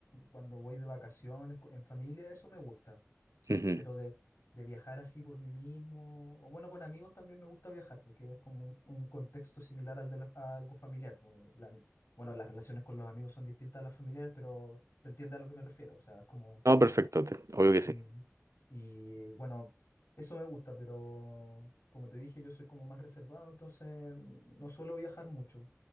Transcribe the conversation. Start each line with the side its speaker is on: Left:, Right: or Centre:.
Left: Cuando voy de vacaciones, con- en familia, eso me gusta
Right: Ujú.
Left: pero de, de viajar así por mí mismo, o bueno, con amigos también me gusta viajar, porque es como un, un contexto similar al de la- a algo familiar. como la- bueno, las relaciones con los amigos son distintas a las familiares, pero se entiende a lo que me refiero, o sea, es como
Right: No, perfecto, te- obvio que sí.
Left: y, y, bueno, eso me gusta, pero como te dije, yo soy como más reservado, entonces mm, no suelo viajar mucho.